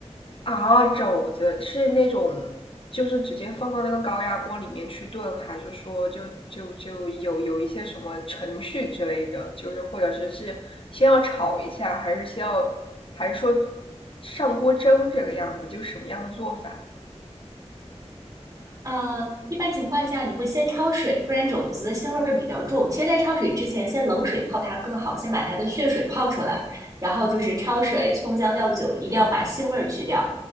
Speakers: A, on the left (about 50°); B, on the right (about 30°).
A: 啊，肘子是那种，就是直接放到那个高压锅里面去炖，还是说就就就有有一些什么程序之类的，就是或者是是先要炒一下，还是先要，还是说上锅蒸这个样子，就什么样的做法？
B: 呃，一般情况下你会先焯水，不然肘子的腥味儿比较重。其实，在焯水之前，先冷水泡它更好，先把它的血水泡出来，然后就是焯水、葱姜料酒，一定要把腥味儿去掉。